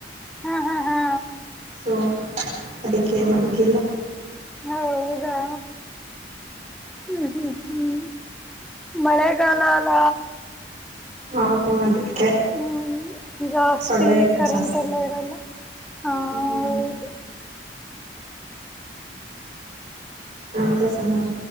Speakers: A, in the centre; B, on the right (about 40°).
A: ಹಾ ಹಾ ಹಾ
B: ಸೊ ಅದಕ್ಕೆ ಮಲ್ಗಿಲ್ಲ
A: ಹೌದಾ ಹ್ಮ ಹ್ಮ್ ಹ್ಮ್ ಮಳೆಗಾಲ ಅಲ್ಲ
B: ಹ ಅದಕ್ಕೆ
A: ಹ್ಮ್ ಜಾಸ್ತಿ
B: ಸೊಳ್ಳೆ ಎಲ್ಲ
A: ಕರೆಂಟ್
B: ಜಾಸ್ತಿ
A: ಎಲ್ಲ ಇರಲ್ಲ ಹ
B: ಹ್ಮ್
A: ಹೌದು
B: ಮಾಂತ ಸಮಾರ